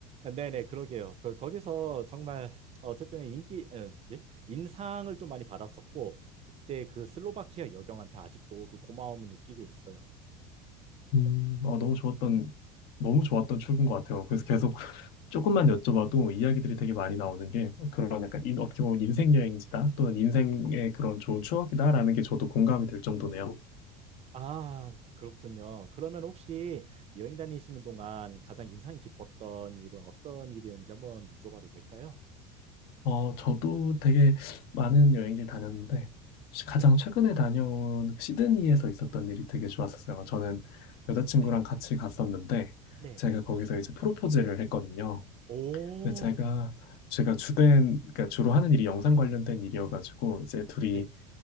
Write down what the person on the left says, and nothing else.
음, 어, 너무 좋았던, 너무 좋았던 추억인 것 같아요. 그래서 계속 조금만 여쭤봐도 이야기들이 되게 많이 나오는 게 그런 약간 인, 어떻게 보면 인생 여행지다 또는 인생의 그런 좋은 추억이다라는 게 저도 공감이 될 정도네요.
어, 저도 되게 많은 여행지를 다녔는데 가장
최근에 다녀온 시드니에서 있었던 일이 되게 좋았었어요. 저는 여자친구랑
같이 갔었는데
제가 거기서 이제 프로포즈를 했거든요.
근데 제가 제가 주된 그러니까 주로 하는 일이 영상 관련된 일이어가지고 이제 둘이